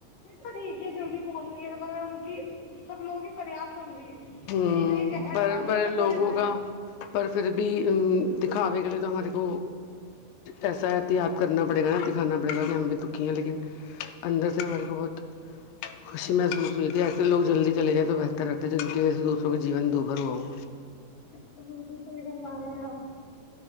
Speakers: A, on the left (about 65°); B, on the left (about 90°).
A: تو ٹھیک ہے جلدی پہنچ رہی ہے میں ان کی سب لوگوں کی فریاد سن رہی
B: ہوں
A: کہ نیچے یہ کہر
B: بڑے
A: ڈھا
B: بڑے
A: ہیں اوپر
B: لوگوں
A: ہی ڈھائیں
B: کا پر پھر بھی ا دکھاوے کے لیے تو ہمارے کو ایسا احتیاط کرنا پڑے گا نا دکھانا پڑے گا کہ ہم بھی دکھی ہیں لیکن اندر سے ہمارے کو بہت خوشی محسوس ہوئی ت ہے کہ لگ جلدی چل جائے تو بہتر رہتا ہے ج کہ ایسے دوسروں کے جین میں ابھر ہوا ہ ہو
A: تو بالکل تو د ماریا آ